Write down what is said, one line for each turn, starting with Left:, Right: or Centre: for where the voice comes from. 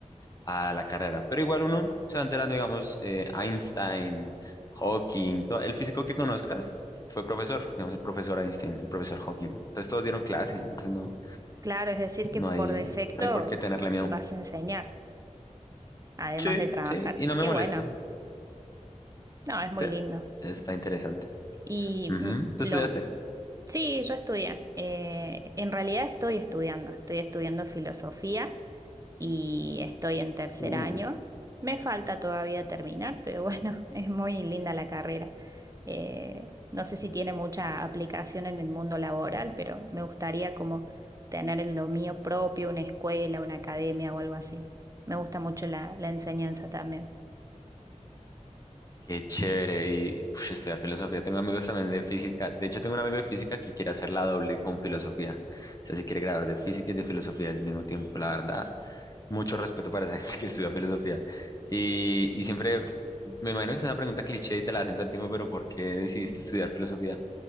Left: a la carrera. Pero igual uno se va enterando, digamos, eh, Einstein, Hawking, to- el físico que conozcas fue profesor, digamos, el profesor Einstein, el profesor Hawking. Entonces todos dieron clase, entonces no,
Right: Claro, es decir, que
Left: no
Right: por
Left: hay,
Right: defecto
Left: no hay por qué tenerle miedo.
Right: vas a enseñar, además
Left: Sí,
Right: de trabajar.
Left: sí, y no me
Right: Qué
Left: molesta.
Right: bueno. No, es muy
Left: Sí,
Right: lindo.
Left: está interesante.
Right: Y
Left: Ujú.
Right: mm,
Left: ¿Tú estudiaste?
Right: lo, sí, yo estudié. Eh, en realidad estoy estudiando. Estoy estudiando filosofía y estoy en tercer
Left: Uh,
Right: año. Me falta todavía terminar, pero bueno, <laughs> es muy linda la carrera. Eh, no sé si tiene mucha aplicación en el mundo laboral, pero me gustaría como tener lo mío propio, una escuela, una academia o algo así. Me gusta mucho la, la enseñanza también.
Left: qué chévere. Y uf, estudiar filosofía. Tengo amigos también de física. De hecho, tengo un amigo de física que quiere hacer la doble con filosofía. O sea, si quiere graduar de física y de filosofía al mismo tiempo, la verdad. mucho respeto para esa gente que estudia filosofía. Y, y siempre, me imagino que es una pregunta cliché y te la hacen todo el tiempo, pero ¿por qué decidiste estudiar filosofía?